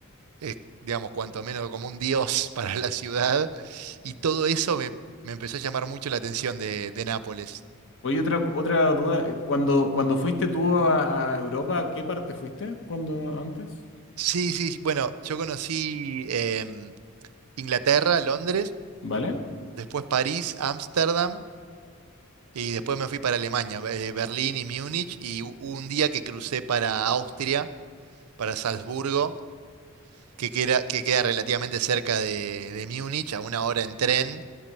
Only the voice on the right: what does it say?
es, digamos, cuanto menos como un dios <laughs> para la ciudad. Y todo eso me, me empezó a llamar mucho la atención de, de Nápoles.
Sí, sí, sí, bueno, yo conocí em, Inglaterra, Londres,
después París, Ámsterdam. Y después me fui para Alemania, eh, Berlín y Múnich, y hu- hubo un día que crucé para Austria, para Salzburgo, que queda, que queda relativamente cerca de, de Múnich, a una hora en tren.